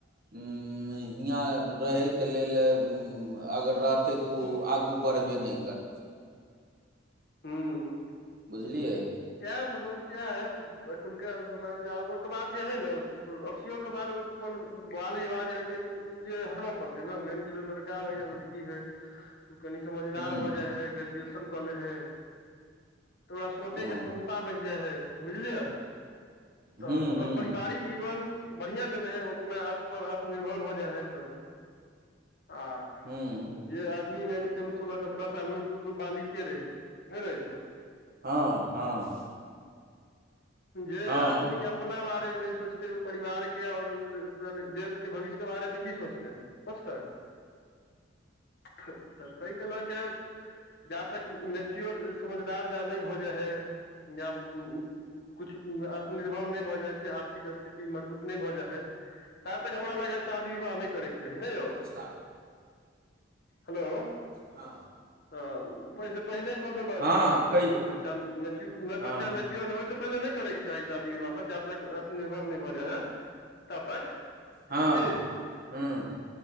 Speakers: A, on the right; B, on the left.
A: हियाँ रहैके लेल अगर रहतै तऽ ओ आगू बढ़बे नहि करतै
B: हूँ
A: बुझलियै
B: इ है समस्या है एखुनका समाज मे आब ओहिके बाद जे है ने अथियो के बाद ओ अपन बाल विवाह हइ छै ओ जे हटबऽ पड़ते ने मान चलो लड़का होय या लड़की होय
A: <inaudible>
B: ओ कनि समझदार
A: हूँ
B: भऽ जाइ हय ग्रेजुएशन कऽ ले हय तऽ ओकरा सोचेके
A: हँ
B: क्षमता बढ़ जाइ हय बुझलियै तऽ
A: हूँ
B: ओकर
A: हूँ
B: पारिवारिक जीवन बढ़िआँ चलै हय अपना आप पर आत्मनिर्भर भऽ जाइ हइ तब आ
A: हूँ
B: जे आदमी मान के चलू सोलह सत्रह साल मे तो बालिके रहे छ नहि रहै छ
A: हँ हँ
B: जे
A: हँ
B: आदमी अप अपना बारे मे न सोचते उ परिवार के और देश के भविष्य के बारे में की सोचते है कसर तऽ ताहिके लऽ क जा तक चोर समझदार ज नहि भऽ जाइ है यब उ कछु आत्मनिर्भर नहि भऽ जाइ छै आर्थिक स्थिति मजबूत नहि भऽ जाइ हइ ता तक हमरा लागैया शादी विवाह नहि करैके चाही ने यौ
A: छी
B: हेलो
A: हँ
B: तऽ ओ पैसे पहिले कऽ देलक
A: हँ कहि
B: तऽ बच्चा
A: हँ
B: बच्चा मेच्योर ह ओहिसँ पहिले नहि करयके चाही शादी विवाह जाब तक निर्भर नहि भऽ जाय ह तब तक
A: हँ
B: की
A: हँ